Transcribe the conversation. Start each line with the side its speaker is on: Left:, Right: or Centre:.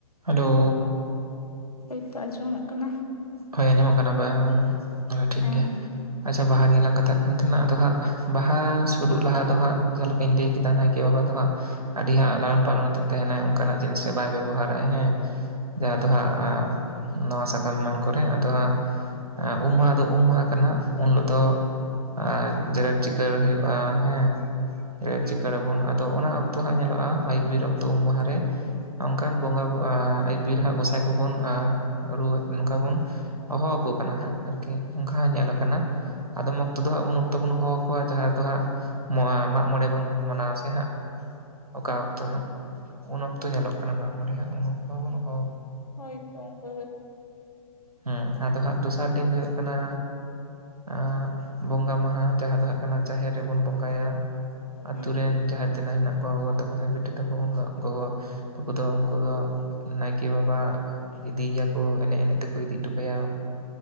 Right: ᱦᱮᱞᱳ
Left: ᱱᱤᱛᱚᱜ ᱟᱸᱡᱚᱢᱚᱜ ᱠᱟᱱᱟ
Right: ᱦᱳᱭ ᱟᱸᱡᱚᱢᱚᱜ ᱠᱟᱱᱟ ᱵᱟᱝ ᱛᱚᱵᱮ ᱴᱷᱤᱠ
Left: ᱦᱮᱸ
Right: ᱜᱮᱭᱟ
Left: ᱦᱩᱸ
Right: ᱟᱪᱪᱷᱟ ᱵᱟᱦᱟ ᱱᱤᱭᱮ ᱞᱟᱝ ᱠᱟᱛᱷᱟᱜ ᱠᱟᱱ ᱛᱟᱸᱦᱮᱱᱟ ᱟᱫᱚ ᱦᱟᱸᱜ ᱵᱟᱦᱟ ᱥᱩᱨᱩᱜ ᱞᱟᱦᱟ ᱫᱚ ᱦᱟᱸᱜ ᱡᱟᱦᱟᱸ ᱞᱮᱠᱟᱧ ᱞᱟᱹᱭ ᱠᱮᱫᱟ ᱱᱟᱭᱠᱮ ᱵᱟᱵᱟ ᱫᱚ ᱦᱟᱸᱜ ᱟᱹᱰᱤ ᱦᱟᱸᱜ ᱞᱟᱞᱚᱱ ᱯᱟᱞᱚᱱ ᱟᱛᱮᱜ ᱛᱟᱸᱦᱮᱱᱟᱭ ᱚᱱᱠᱟᱱᱟᱜ ᱡᱤᱱᱤᱥ ᱨᱮ ᱵᱟᱭ ᱵᱮᱵᱚᱦᱟᱨᱟᱭ ᱦᱮᱸ ᱡᱟᱦᱟᱸ
Left: ᱦᱩᱸ
Right: ᱫᱚ ᱦᱟᱸᱜ ᱱᱟᱣᱟ ᱥᱟᱠᱟᱢ ᱮᱢᱟᱱ ᱠᱚᱨᱮ ᱟᱫᱚ ᱦᱟᱸᱜ ᱩᱢ ᱢᱟᱦᱟ ᱫᱚ ᱩᱢ ᱢᱟᱦᱟ ᱠᱟᱱᱟ ᱩᱱ ᱦᱤᱞᱚᱜ ᱫᱚ ᱟᱨ ᱡᱮᱨᱮᱲ ᱪᱤᱠᱟᱹᱲ ᱦᱩᱭᱩᱜ-ᱟ ᱦᱮᱸ ᱡᱮᱨᱮᱲ
Left: ᱦᱩᱸ
Right: ᱪᱤᱠᱟᱹᱲᱟᱵᱚᱱ ᱛᱚ ᱚᱱᱟ ᱚᱠᱛᱚ ᱦᱟᱸᱜ ᱧᱮᱞᱚᱜ-ᱟ ᱟᱹᱭᱩᱵ ᱵᱤᱨ ᱚᱠᱛᱚ ᱩᱢ ᱢᱟᱦᱟ ᱨᱮ ᱚᱱᱠᱟᱱ ᱵᱚᱸᱜᱟ ᱵᱩ ᱟᱸ ᱟᱹᱭᱩᱵ ᱵᱤᱨ ᱦᱟᱸ ᱜᱚᱸᱥᱟᱭ ᱠᱚᱵᱚᱱ ᱟᱸᱨᱩᱭᱟᱹ ᱱᱚᱝᱠᱟ ᱵᱩᱱ ᱚᱦᱚᱣ ᱠᱚ ᱠᱟᱱᱟ ᱦᱟᱸᱜ ᱟᱨᱠᱤ ᱚᱱᱠᱟ ᱦᱚᱸ ᱧᱮᱞ ᱟᱠᱟᱱᱟ ᱟᱫᱚᱢ ᱚᱠᱛᱚ ᱫᱚ ᱦᱟᱸᱜ ᱩᱱ ᱚᱠᱛᱚ ᱵᱩᱱ ᱦᱚᱦᱚ ᱠᱚᱣᱟ ᱡᱟᱦᱟᱸ ᱨᱮ ᱫᱚ ᱦᱟᱸᱜ ᱢᱚᱣᱟ ᱢᱟᱜ ᱢᱚᱬᱮ ᱵᱩᱱ ᱢᱟᱱᱟᱣᱟ ᱥᱮ ᱦᱟᱸᱜ ᱚᱠᱟ ᱚᱠᱛᱚ ᱦᱟᱸᱜ ᱩᱱ ᱚᱠᱛᱚ ᱧᱮᱞᱚᱜ ᱠᱟᱱᱟ ᱢᱟᱜ ᱢᱚᱬᱮ ᱦᱟᱸᱜ ᱩᱱ ᱚᱠᱛᱚ ᱵᱩᱱ ᱚᱦᱚ
Left: ᱦᱳᱭ ᱛᱚ ᱚᱝᱠᱟ ᱜᱮ
Right: ᱦᱩᱸ ᱟᱫᱚ ᱦᱟᱸᱜ ᱫᱚᱥᱟᱨ ᱫᱤᱱ ᱫᱚ ᱦᱩᱭᱩᱜ ᱠᱟᱱᱟ ᱟᱸ ᱵᱚᱸᱜᱟ ᱢᱟᱦᱟ ᱡᱟᱦᱟᱸ ᱫᱚ ᱦᱩᱭᱩᱜ ᱠᱟᱱᱟ ᱡᱟᱦᱮᱨ ᱨᱮᱵᱚᱱ ᱵᱚᱸᱜᱟᱭᱟ ᱟᱛᱩ
Left: ᱦᱩᱸ
Right: ᱨᱤᱱ ᱡᱟᱦᱟᱸ ᱛᱤᱱᱟᱹᱜ ᱦᱮᱱᱟᱜ ᱜᱚᱜᱚ ᱛᱟᱹᱠᱚ ᱥᱮ ᱵᱤᱴᱤ ᱛᱟᱹᱠᱚ ᱩᱱ ᱦᱤᱞᱚᱜ ᱜᱚᱜᱚ ᱛᱟᱹᱠᱩ ᱫᱚ ᱩᱱᱠᱩ ᱫᱚ ᱱᱟᱭᱠᱤ ᱵᱟᱵᱟ ᱤᱫᱤᱭ ᱭᱟᱠᱚ ᱮᱱᱮᱡ ᱮᱱᱮᱡ ᱛᱮᱠ ᱤᱫᱤ ᱦᱚᱴᱚ ᱠᱟᱭᱟ